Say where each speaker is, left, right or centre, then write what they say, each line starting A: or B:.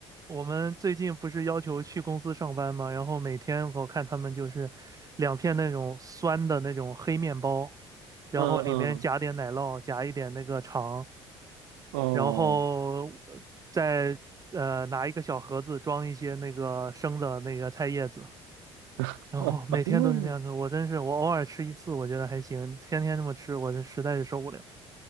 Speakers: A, on the right (about 25°); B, on the right (about 70°).
A: 我们最近不是要求去公司上班嘛，然后每天我看他们就是两片那种酸的那种黑面包，然后里面夹点奶酪，
B: 嗯嗯，
A: 夹一点那个肠，
B: 哦，
A: 然后呃再呃拿一个小盒子装一些那个生的那个菜叶子，
B: <laughs>
A: 然后每天都是这样子。我真是我偶尔吃一次，我觉得还行，天天这么吃，我这实在是受不了